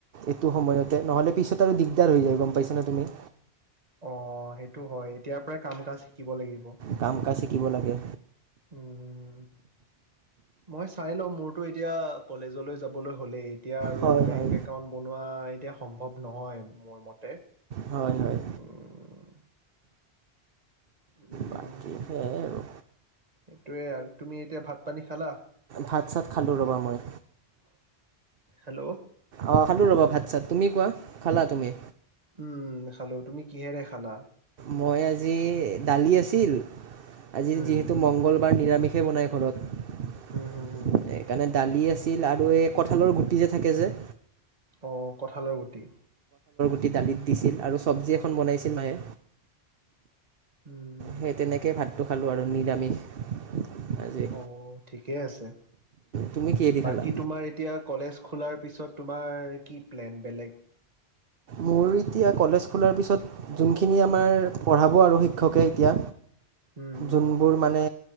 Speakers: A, on the right (about 60°); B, on the right (about 40°).
A: এইটো সময়তে নহলে পিছত আৰু দিগদাৰ হৈ যায় গম পাইছা নে তুমি
B: অ সেইটো হয় এতিয়াৰ পৰাই কাম কাজ শিকিব লাগিব
A: কাম কাজ শিকিব লাগে
B: উম মই চাই লও মোৰতো এতিয়া কলেজলৈ যাবলৈ হ'লেই এতিয়া আৰু
A: হয়
B: বেংক
A: হয়
B: একাউণ্ট বনোৱা এতিয়া সম্ভৱ নহয় মোৰ মতে
A: হয় হয়
B: উম। উ, উ,
A: বাকী সেয়াই আৰু
B: সেইটোয়ে আৰু তুমি এতিয়া ভাত পানী খালা।
A: ভাত চাত খালোঁ ৰ'বা মই।
B: হেল্ল'।
A: অ খালো ৰবা ভাত চাত তুমি কোৱা খালা তুমি।
B: উম খালো তুমি কিহেৰে খালা
A: মই আজি দালি আছিল আজি
B: উম,
A: যিহেতু মঙ্গলবাৰ নিৰা ষে বনাই ঘৰত
B: হুম, হুম, হুম,
A: সেইকাৰণে দালি আছে তিল আৰু এই কঁঠালৰ গুটি যে থাকে যে
B: আহ কঁঠালৰ গুটি
A: ৰুটি দালিত দিছিল আৰু চব্জি এখন বনাইছিল মায়ে
B: উম,
A: সেই তেনেকেই ভাতটো খালো আৰু নিৰামিষ। আজি
B: অ' ঠিকেই আছে
A: তুমি কিহেদি
B: বাকী
A: খালা
B: তোমাৰ এতিয়া কলেজ খোলাৰ পিছত ত' তোমাৰ কি প্লেন বেলেগ
A: মোৰ এতিয়া কলেজ খোলাৰ পিছত যোনখিনি আমাৰ পঢ়াব আৰু শিক্ষকে এতিয়া
B: উম,
A: যোনবোৰ মানে